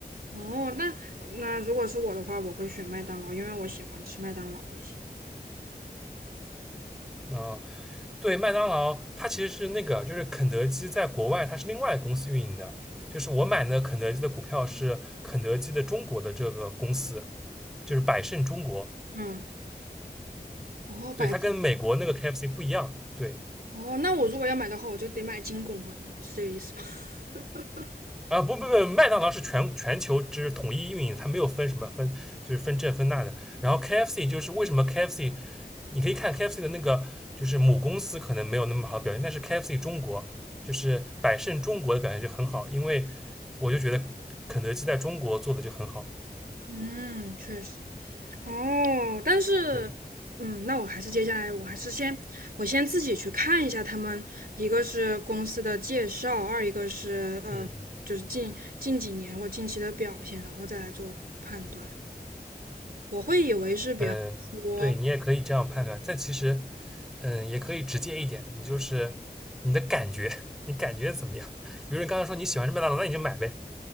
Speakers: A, on the right (about 65°); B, in the centre.
A: 哦，那那如果是我的话，我会选麦当劳，因为我喜欢吃麦当劳一些。
B: 啊、呃对，麦当劳它其实是那个，就是肯德基在国外它是另外公司运营的，就是我买的肯德基的股票是肯德基的中国的这个公司，就是百胜中国，
A: 嗯，哦，百
B: 对，它跟美国那个 KFC 不一样，对。
A: 哦，那我如果要买的话，我就得买金拱门，是这个意思吗？<laughs>
B: 啊，呃不不不，麦当劳是全全球之统一运营，它没有分什么分，就是分这分那的。然后 KFC 就是为什么 KFC 你可以看 KFC 的那个，就是母公司可能没有那么好的表现，但是 KFC 中国就是百胜中国的表现就很好，因为我就觉得肯德基在中国做的就很好。
A: 嗯，确实。哦，但是，
B: 对，
A: 嗯，那我还是接下来，我还是先，我先自己去看一下他们，一个是公司的介绍，二一个是呃，
B: 嗯
A: 就是近近几年我近期的表现，然后再来做判断。我会以为是，比方说，
B: 嗯，对你也可以这样判断，但其实，嗯，也可以直接一点，你就是你的感觉，你感觉怎么样？比如你刚才说你喜欢吃麦当劳，那你就买呗。